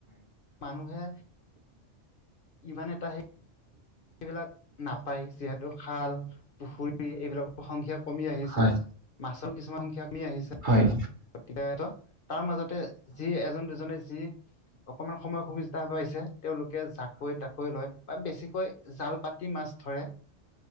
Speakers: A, on the left; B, on the right.
A: মানুহে ইমান এটাহে এইবিলাক নাপায় যিহেতু খাল, পুখুৰী এইবিলাকৰ সংখ্যক কমি আহিছে
B: হয় হয়
A: মাছৰ কিছুমান সংখ্যা কমি আহিছে।
B: হয়
A: গতিকে ত তাৰ মাজতে যি এজন দুজনে যি অকমান সময় সুবিধা তাৰ পাইছে তেওঁলোকে জাকৈ তাকৈ লয় বা বেছিকৈ জাল পাতি মাছ ধৰে